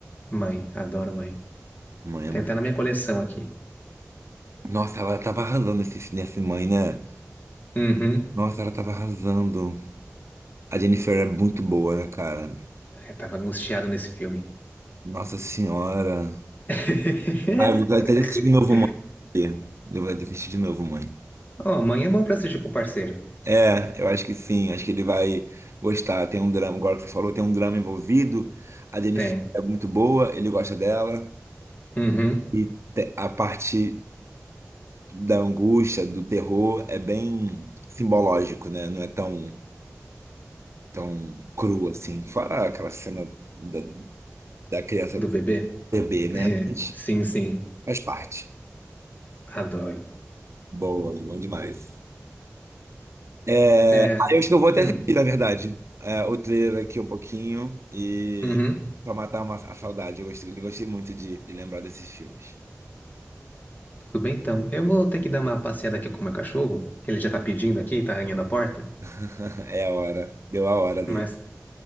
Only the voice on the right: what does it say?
Mãe é
muito.
Nossa, ela tava arrasando nesse, nesse mãe, né?
Nossa, ela tava arrasando. A Jennifer é muito boa, né, cara?
Nossa senhora.
Ah, eu vou até assistir de novo, mãe. Eu vou até assistir de novo, mãe.
É, eu acho que sim, acho que ele vai gostar. Tem um drama, agora que você falou, tem um drama envolvido. A Jennifer
é muito boa, ele gosta dela.
E te- a parte da angústia, do terror, é bem simbológico, né? Não é tão, tão cru assim. Fora aquela cena da, da criança
bebê, né?
Mas
faz parte.
Boa, bom demais. É,
ah, eu acho que eu vou até
assistir, na verdade, é, o trailer aqui um pouquinho e
pra matar uma, a saudade. Eu gostei, gostei muito de, de lembrar desses filmes.
<laughs> É a hora, deu a hora dele.